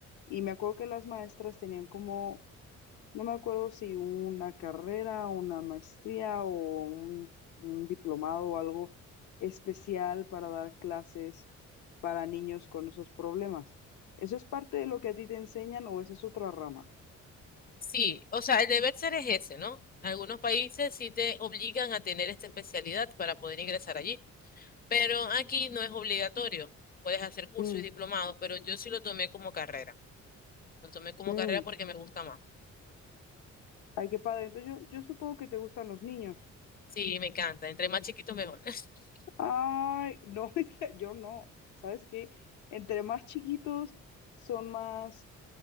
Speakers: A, on the left (about 75°); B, on the left (about 30°).
A: y me acuerdo que las maestras tenían como No me acuerdo si una carrera, una maestría o un, un diplomado o algo especial para dar clases para niños con esos problemas. ¿Eso es parte de lo que a ti te enseñan o esa es otra rama?
B: Sí, o sea, el deber ser es ese, ¿no? Algunos países sí te obligan a tener esta especialidad para poder ingresar allí, pero aquí no es obligatorio. Puedes hacer cursos
A: Mm,
B: y diplomados, pero yo sí lo tomé como carrera. Lo tomé como
A: mm.
B: carrera porque me gusta más.
A: Ay, qué padre. Entonces yo, yo supongo que te gustan los niños.
B: Sí, me encanta. Entre más chiquito, mejor. <laughs>
A: Ay, no, <laughs> es que yo no. ¿Sabes qué? Entre más chiquitos son más